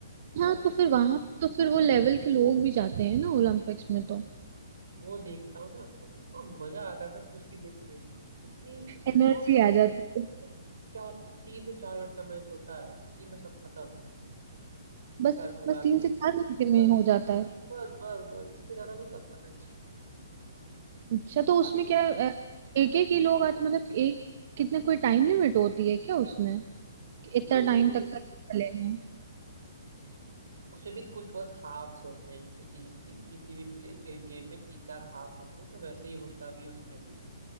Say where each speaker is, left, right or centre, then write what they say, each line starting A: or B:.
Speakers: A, on the right; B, on the right.
A: तो
B: हाँ तो फिर वहां तो फिर वो लेवल के लोग भी जाते हैं ना ओलंपिक्स में तो
A: वो देखता हूँ ना तो इतना मजा आता था कुश्ती देखते इतनी
B: एनर्जी
A: और सिर्फ
B: आ जाती है
A: और सिर्फ चार तीन से चार मिनट का मैच होता है उसी में सब खत्म
B: बस
A: कर कुरा
B: बस तीन
A: के <laughs>
B: से चार घंटे में
A: बस
B: हो जाता है
A: बस बस बस बस इससे ज्यादा नहीं चलता मैच
B: अच्छा तो उसमें
A: अभी
B: क्या एक एक ही लोग आते मतलब एक कितने कोई टाइम लिमिट होती है क्या उसमें कि इतना
A: नहीं नहीं
B: टाइम तक का चलेगा
A: उसमें भी कुछ बहुत हाफ्स होते हैं जैसे कि जिसमें किसी भी प्ले गेम में तीन चार हाफ होते हैं तो वैसे ही होता भी है उसमें भी